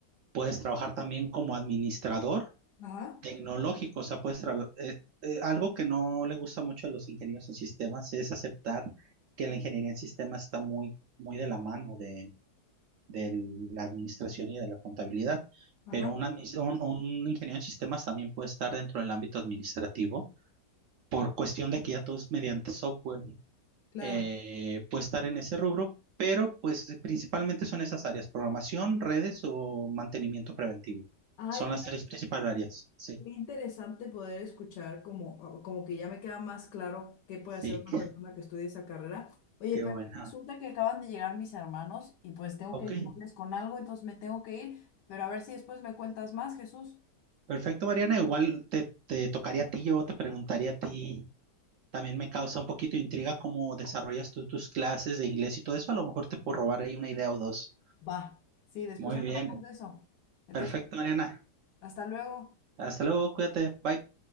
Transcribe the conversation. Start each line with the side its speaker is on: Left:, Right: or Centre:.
Right: puedes trabajar también como administrador
Left: ajá,
Right: tecnológico, o sea, puedes tra- eh, eh, algo que no le gusta mucho a los ingenieros en sistemas es aceptar que la ingeniería en sistemas está muy, muy de la mano de de la administración y de la contabilidad,
Left: ajá,
Right: pero un, admis- un, un ingeniero en sistemas también puede estar dentro del ámbito administrativo por cuestión de que ya todo es mediante software.
Left: claro.
Right: eh, puede estar en ese rubro, pero pues principalmente son esas áreas, programación, redes o mantenimiento preventivo.
Left: Ay,
Right: Son
Left: me
Right: las tres principales áreas. Sí,
Left: Qué interesante poder escuchar como, o- como que ya me queda más claro qué puede
Right: sí,
Left: hacer una
Right: qué,
Left: persona que estudie esa carrera. Oye,
Right: qué
Left: pero
Right: buena.
Left: resulta que acaban de llegar mis hermanos y pues tengo
Right: Ok,
Left: que ayudarles con algo, entonces me tengo que ir, pero a ver si después me cuentas más, Jesús.
Right: perfecto, Mariana. Igual te, te tocaría a ti, yo te preguntaría a ti. También me causa un poquito de intriga cómo desarrollas tú tus clases de inglés y todo eso. A lo mejor te puedo robar ahí una idea o dos.
Left: Va, sí, después
Right: Muy
Left: hablamos
Right: bien.
Left: de eso. Entonces,
Right: Perfecto, Mariana.
Left: hasta luego.
Right: Hasta luego, cuídate. Bye.